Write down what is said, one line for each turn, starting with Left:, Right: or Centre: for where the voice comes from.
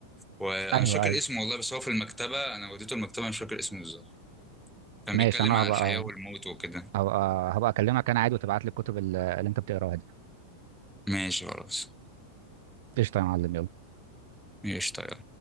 Centre: وانا
Right: ايوه
Centre: مش فاكر
Right: ايوه
Centre: اسمه والله بس هو في المكتبه انا وديته المكتبه مش فاكر اسمه بالظبط كان
Right: ماشي
Centre: بيتكلم
Right: انا
Centre: عن
Right: هبقى
Centre: الحياه والموت وكده
Right: هبقى هبقى اكلمك انا عادي وتبعت لي الكتب اللي اللي انت بتقراها دي
Centre: ماشي خلاص
Right: قشطه يا معلم يلا
Centre: ماشي طيب